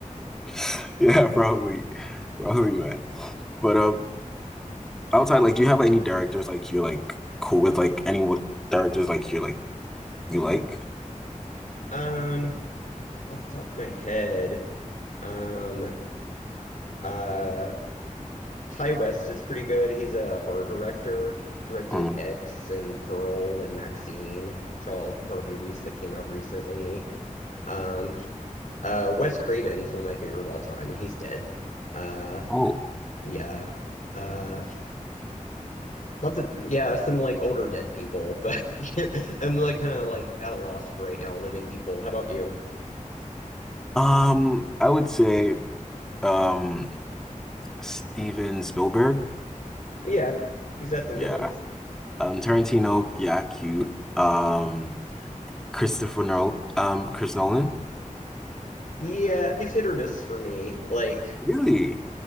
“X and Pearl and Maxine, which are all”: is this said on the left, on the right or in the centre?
Left